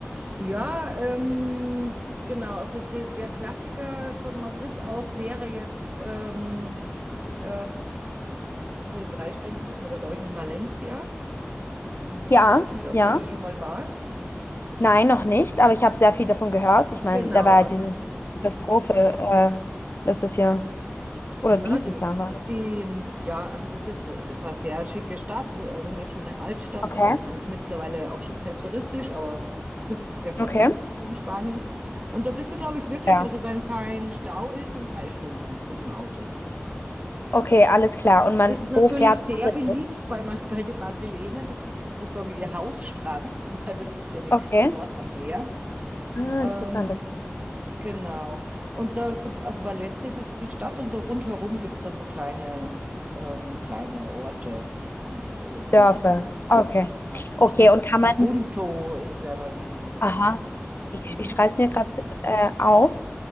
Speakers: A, on the right; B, on the left.
A: Ja, ähm, genau. Also de, der Klassiker von Madrid aus wäre jetzt ähm, äh, so in drei Stunden ist man da, glaube ich, in Valencia. Ähm,
B: Ja,
A: weiß nicht, ob
B: ja.
A: du da schon mal warst.
B: Nein, noch nicht, aber ich habe sehr viel davon gehört. Ich
A: Genau,
B: meine, da war
A: also
B: ja dieses
A: das
B: Katastrophe äh, letztes Jahr oder
A: Ja,
B: dieses
A: die,
B: Jahr war das.
A: die, ja, also das ist, ist eine sehr schicke Stadt, wu- eine wunderschöne Altstadt.
B: Okay.
A: Also ich meine, es ist mittlerweile auch schon sehr touristisch, aber <laughs> es ist ja fast
B: Okay.
A: überall so in Spanien. Und da bist du, glaube ich, wirklich,
B: Ja.
A: also wenn kein Stau ist, in drei Stunden mit dem Auto.
B: Okay, alles klar. Und man,
A: Ist
B: wo
A: natürlich
B: fährt man
A: sehr
B: denn?
A: beliebt
B: durch?
A: bei, Ma- bei den Madrilenen. Das ist sozusagen ihr Hausstrand, <laughs> weil das ist der nächste
B: Okay.
A: Ort am Meer.
B: Ah,
A: Ähm,
B: interessante
A: Genau. Und da, so- also Valencia ist jetzt die Stadt und da rundherum gibt es ja so kleine, ähm, kleine Orte und äh, Dörfer.
B: Dörfer. Okay.
A: Ja, zum
B: Okay,
A: Beispiel Sagunto
B: und kann man,
A: ist, wäre da in der Nähe, was
B: aha.
A: ganz nett ist.
B: Ich,
A: Mhm.
B: ich schreibe es mir gerade äh, auf.